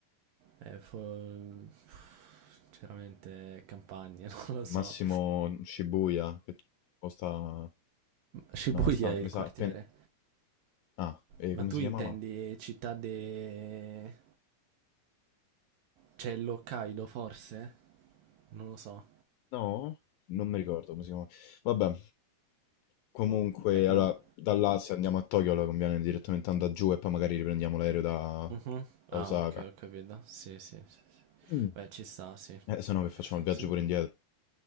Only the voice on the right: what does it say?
Eh, fo- Sinceramente, campagne, <laughs> non lo so.
Shibuya
è
il
quartiere.
Ma
tu
intendi
città de... C'è l'Hokkaido forse? Non lo so.
Beh, comunque...
Mhm.
Ah,
ok, ho capito. Sì, sì, sì, sì.
Beh, ci sta, sì.
Se no...